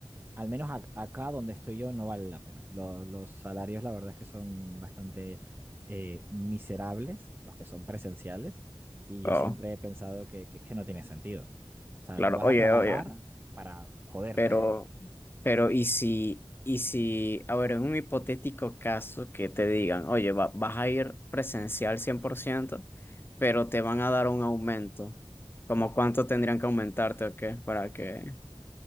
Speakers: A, on the right; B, on the left.
A: al menos ac- acá donde estoy yo no vale la pena. Lo- los salarios, la verdad es que son bastante eh, miserables, los que son presenciales, y yo
B: oh,
A: siempre he pensado que, que es que no tiene sentido. O sea,
B: claro.
A: tú vas
B: Oye,
A: a trabajar
B: oye.
A: para joderte.
B: Pero,
A: <laughs>
B: pero, ¿y si, y si, a ver, en un hipotético caso que te digan, oye, va- vas a ir presencial 100%, pero te van a dar un aumento, ¿como cuánto tendrían que aumentarte o qué? Para que...